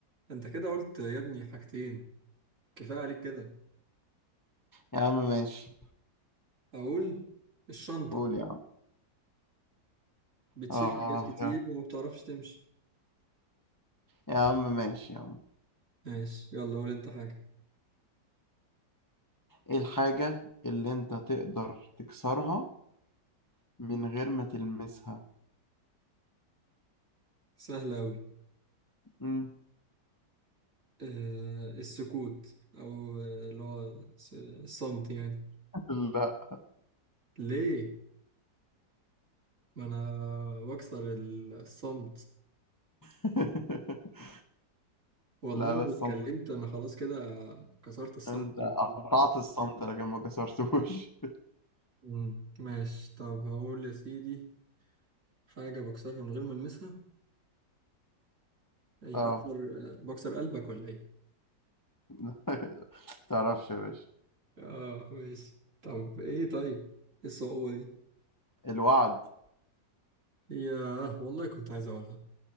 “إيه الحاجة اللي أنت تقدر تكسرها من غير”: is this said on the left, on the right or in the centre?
Left